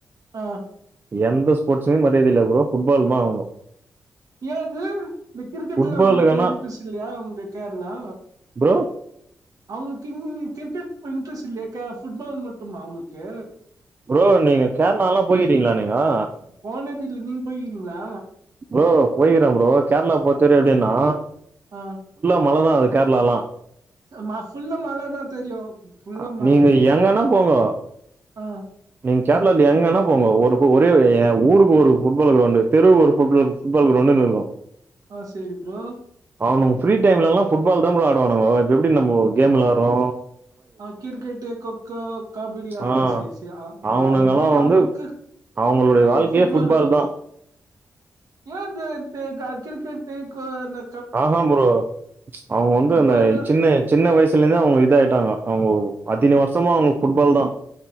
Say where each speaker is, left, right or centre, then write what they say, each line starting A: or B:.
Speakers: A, on the right; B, on the right.
A: ஆஹ்
B: எந்த ஸ்பட்ஸ்சுமே மரியாதயில்ல ப்ரோ ஃபுட்பால்னா அவுங்கோ
A: ஏது இந்த கிரிக்கெட்ல
B: ஃபுட்பாலுக்கானா
A: அவங்களுக்கு இன்ட்ரெஸ்ட இல்லையா அவங்க கேர்ளா
B: ப்ரோ
A: அவங்ளுக் இன் இ கிரிக்கெட் இட்ரெஸ்ட் இல்லையா கே ஃபுட்பால் மட்டுமா அவங்ளுக்கே
B: ப்ரோ நீங்க கேரளா லா போயிருக்கிங்ளா நீங்கோ
A: போனது இல்ல நீங்க போய்கிறீங்களா
B: ப்ரோ போய்கிறே ப்ரோ கேரளா பொருத்தவரையு எப்படின்னா
A: ஆஹ்
B: மழ தா அது கேர்ளாலா
A: சமாஸ் ஃபுல்லா மழ தா தெரியு ஃபுல்லா
B: ஆ நீங்க எங்கன்ன போங்கோ
A: ஆஹ்
B: நீங்க கேர்ளால எங்கன்னா போங்க ஒரு ஒரே எ ஊருக்கு ஒரு ஃபுட்பால் கிரௌண்டு தெருவு ஒரு கோர்ட் ஃபுட்பால் கிரௌண்டுன்னு இருகோ
A: ஆஹ் சேரி ப்ரோ
B: அவனுங்க ஃப்ரீ டைம்ல்லா ஃபுட்பால் த ப்ரோ ஆடுவானுகங்கோ இப்ப எப்டி நம்மோ கேம்ளா விளாட்ரோ
A: ஆஹ் கிரிக்கெட்டு கொக்கோ கபடி ஆஹ்
B: ஆ
A: சிசி அ
B: அவனுங்கல்லா
A: ஆறு மணின்
B: வந்து
A: அவங்களுக்கு
B: அவங்களுடைய
A: ஆஹ்
B: வாழ்க்கையே
A: ஃபுட்பாலு
B: ஃபுட்பால் தா
A: ஏ தே பெ கா கிரிக்கெட் க்கு கொ ல
B: ஆஹ்ஹா ப்ரோ அவங்க வந்து
A: ஃபுட்பால்னா
B: அந்த சின்ன சின்ன வயசுலந்தே அவங்க இதாயிட்டாங்க அவங்க அத்தின வருஷமா அவங்களுக்கு ஃபுட்பால் தா